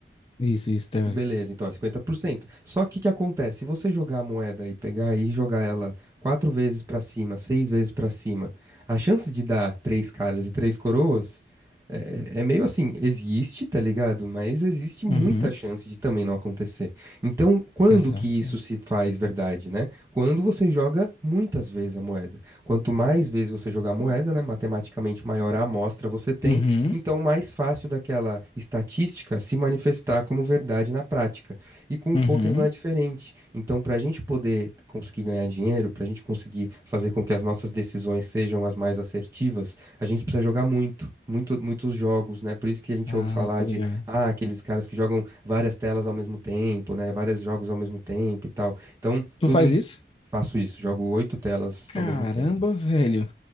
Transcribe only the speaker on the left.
Isso, isso, teórico.
Uhum,
exato.
Uhum,
uhum.
Ah,
tô
ligado.
Tu
faz
isso?
Caramba,
velho.